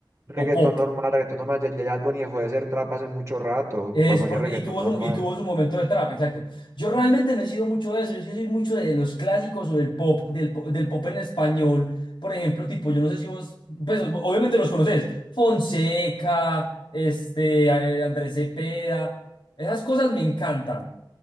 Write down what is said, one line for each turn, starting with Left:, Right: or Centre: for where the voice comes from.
Left: ¿O
Right: Reggaetón
Left: pop?
Right: normal, reggaetón normal. Ya, ya, ya Bad Bunny dejó de ser trap hace mucho rato.
Left: Es
Right: Bad Bunny
Left: porque,
Right: es reggaetón
Left: y tuvo
Right: normal.
Left: su, y tuvo su momento de trap, exacto. Yo realmente no he sido mucho de eso, yo sí soy mucho de los clásicos o del pop, del, po- del pop en español. Por ejemplo, tipo, yo no sé si vos, pues obviamente los conocés, Fonseca, este, eh, Andrés Cepeda, esas cosas me encantan.